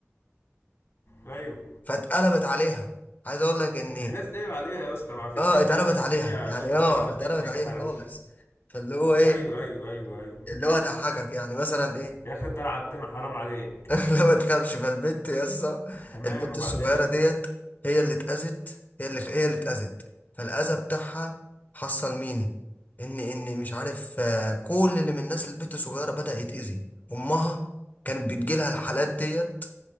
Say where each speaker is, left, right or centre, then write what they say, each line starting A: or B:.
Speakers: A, on the left; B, on the left.
A: ايوه
B: فاتقلبت عليها عايز اقول لك ان
A: هي لازم تقلب عليها يا اسطى ما فيش
B: اه
A: حد
B: اتقلبت
A: بيمشي في
B: عليها
A: الدنيا
B: يعني
A: شمال
B: اه
A: غير لما تلاقي
B: اتقلبت
A: الدنيا
B: عليها
A: جت على
B: خالص
A: وشه
B: فاللي هو ايه
A: ايوه ايوه ايوه ايوه
B: اللي هو ضحكك يعني مثلا ايه
A: يا اخي انت لعبتنا حرام عليك
B: <laughs> لا ما تخافش فالبنت يا اسطى
A: تمام
B: البنت
A: وبعدين
B: الصغيره ديت هي اللي اتاذت هي اللي هي اللي اتاذت فالاذى بتاعها حصل مين ان ان مش عارف آه، كل اللي من الناس البنت الصغيره بدا يتاذي امها كانت بتجيلها الحالات ديت